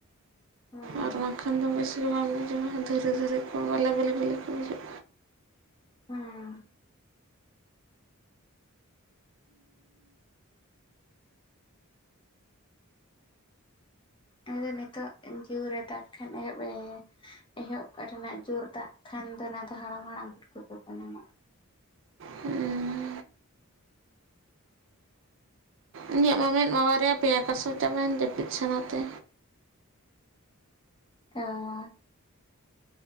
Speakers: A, on the left (about 20°); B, on the right (about 60°).
A: ᱦᱩᱸ
B: ᱟᱨ ᱵᱟᱝᱠᱷᱟᱱ ᱫᱚ ᱵᱮᱥᱜᱮ ᱵᱟᱝ ᱵᱩᱡᱷᱟᱣᱼᱟ ᱫᱷᱤᱨᱮ ᱫᱷᱤᱨᱤ ᱠᱚ ᱵᱟᱞᱮ ᱵᱮᱞᱮ ᱵᱟᱹᱞᱮ ᱠᱚ ᱵᱩᱡᱷᱟᱹᱜᱼᱟ᱾
A: ᱦᱩᱸ᱾ <unintelligible> ᱱᱤᱛᱚᱜ ᱮᱸᱻ ᱡᱩᱨ ᱮᱸ ᱫᱟᱜ ᱠᱷᱟᱱ ᱮᱦᱚᱵ ᱮ ᱮᱦᱚᱵ ᱨᱮᱱᱟᱜ ᱡᱳᱨ ᱫᱟᱜ ᱠᱷᱟᱱ ᱫᱚ ᱚᱱᱟ ᱫᱚ ᱦᱟᱲᱟᱢ ᱼ ᱦᱟᱲᱟᱢ ᱵᱷᱩᱴᱩᱵ ᱠᱟᱱᱟ ᱱᱚᱜᱼᱟ᱾
B: ᱦᱩᱸ <inaudible> ᱤᱧᱟᱹᱜ ᱢᱟ ᱢᱮᱫ ᱢᱟ ᱵᱟᱨᱭᱟ ᱯᱮᱭᱟ ᱠᱟᱥᱚ ᱪᱟᱵᱟᱭᱮᱱ ᱡᱟᱹᱯᱤᱫ ᱥᱟᱱᱟᱛᱮ
A: ᱦᱚᱸ